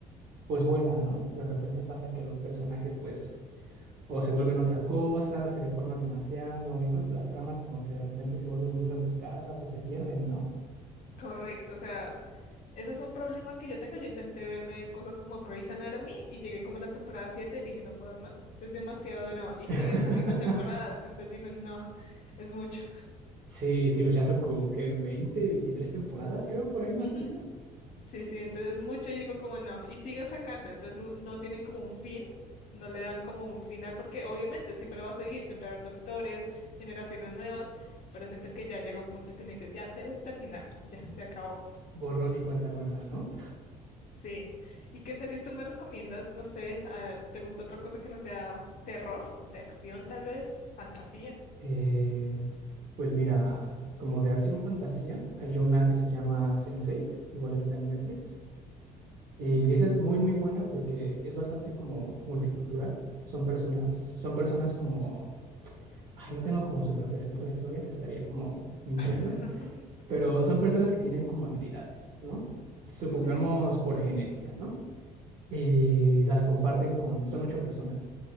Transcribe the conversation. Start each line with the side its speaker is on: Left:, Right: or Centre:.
Right: pues buena, ¿no? De repente pasa que los personajes pues o se vuelven otra cosa, se deforman demasiado, o incluso las tramas como que de repente se vuelven muy rebuscadas o se pierden, ¿no?
Left: Correcto, o sea, Ese es un problema que yo tengo. Yo intenté verme cosas como Grey's Anatomy y llegué como a la temporada 7 y dije, no puedo más, es demasiado drama. Y
Right: <laughs>
Left: siguen saliendo temporadas, entonces digo, no, es mucho.
Right: Sí, sí, pues ya son como que 20, 23 temporadas, creo, por ahí más
Left: Ujú.
Right: o menos.
Left: Sí, sí, entonces es mucho y digo como no. Y siguen sacando, entonces no, no tienen como un fin, no le dan como un final, porque obviamente siempre va a seguir, siempre va a haber doctores, generaciones nuevas, pero siento que ya llega un punto en que uno dice, ya debes terminarlo, ya se acabó.
Right: Sí. Borrón y cuenta nueva, ¿no?
Left: Sí. ¿Y qué series tú me recomiendas? No sé, ah, ¿te gusta otra cosa que no sea terror? No sé, acción tal vez, fantasía.
Right: Eh, pues mira, como de acción fantasía, hay una que se llama Sense8, igual está en Netflix. Y
Left: Okay.
Right: esa es muy, muy buena porque es bastante como multicultural. Son personas, son personas como, ay, no tengo como súper presente la historia, te estaría como mintiendo,
Left: <laughs>
Right: pero son personas que tienen como habilidades, ¿no? Supongamos
Left: Okay.
Right: por genética, ¿no? Y las comparten con, son ocho personas